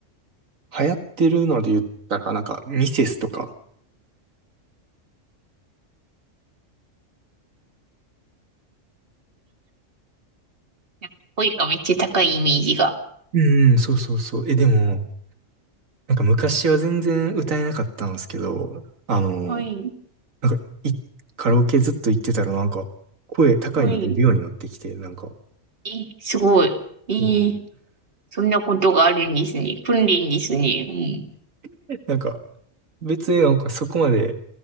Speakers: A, on the right (about 85°); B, on the right (about 45°).
A: 流行ってるので言ったら、なんか、ミセスとか。
B: なんか声がめっちゃ高いイメージが。
A: うん、そうそうそう。え、でも、なんか昔は全然歌えなかったんですけど、あの、
B: はい、
A: なんか、い、カラオケずっと行ってたら、なんか、声高いの出るようになってきて、
B: はい。
A: なんか、
B: え、すごい。え
A: うん
B: ーそんなことがあるんですね。訓練ですね。
A: <laughs> なんか、別になんかそこまで